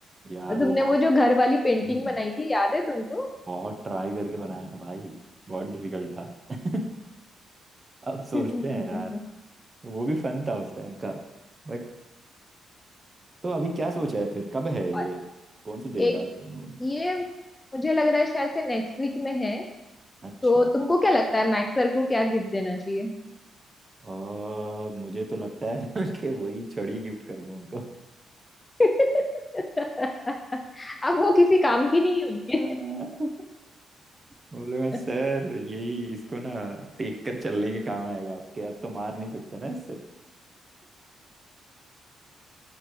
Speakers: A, on the right (about 20°); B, on the left (about 15°).
A: यार
B: और तुमने
A: वो बहुत
B: वो जो घर वाली पेंटिंग
A: हम्म,
B: बनाई थी याद है तुमको
A: बहुत ट्राई करके बनाया था भाई बहुत डिफिकल्ट था <laughs> अब सोचते
B: <laughs>
A: हैं यार वो भी फन था उस टाइम का बट तो अभी क्या सोचा है फिर कब है ये
B: और
A: कौन सी डेट
B: एक
A: डाली है उन्होंने
B: ये मुझे लग रहा है शायद से नेक्स्ट वीक में है
A: अच्छा
B: तो तुमको क्या लगता है मैक्स सर को क्या गिफ्ट देना चाहिए
A: अ, मुझे तो लगता है <laughs> कि वही छड़ी गिफ्ट कर दूं उनको
B: <laughs> अब वो किसी काम की नहीं है उनके
A: <laughs> बोलेगा सर
B: <laughs>
A: यही इसको ना टेक कर चलने के काम आएगा आपके आप तो मार नहीं सकते ना इससे